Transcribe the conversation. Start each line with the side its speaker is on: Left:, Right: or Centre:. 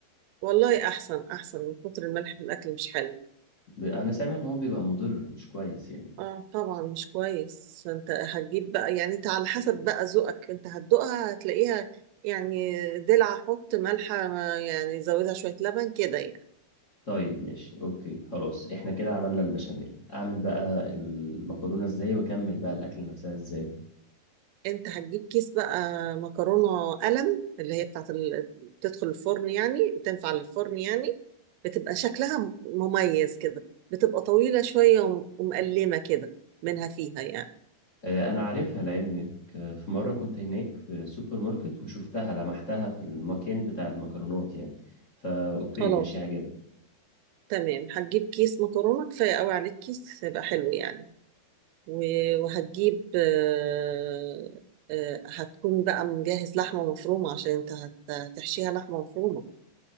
Right: والله احسن احسن من كتر الملح في الاكل مش حلو
Left: ب- انا سامع ان هو بيبقى مضر مش كويس يعني
Right: اه طبعا مش كويس انت هتجيب بقى يعني انت على حسب بقى ذوقك انت هتدوقها هتلاقيها يعني دلع حط ملحة ما- يعني زودها شوية لبن كده يعني
Left: طيب ماشي اوكي خلاص احنا كده عملنا البشاميل اعمل بقى المكرونة ازاي واكمل بقى الاكل نفسها ازاي
Right: انت هتجيب كيس بقى مكرونة قلم اللي هي بتاعت ال... بتدخل الفرن يعني تنفع للفرن يعني بتبقى شكلها م- مميز كده بتبقى طويلة شوية وم- ومقلمة كده منها فيها يعني
Left: آه، انا عارفها لعلمك آه، في مرة كنت هناك في سوبر ماركت وشفتها لمحتها في المكان بتاع المكرونات يعني فا اوكي
Right: خلاص
Left: ماشي عجب
Right: تمام هتجيب كيس مكرونة كفاية قوي عليك كيس هيبقى حلو يعني و- وهتجيب آه، آه، هتكون بقى مجهز لحمة مفرومة عشان انت هت- هتحشيها لحمة مفرومة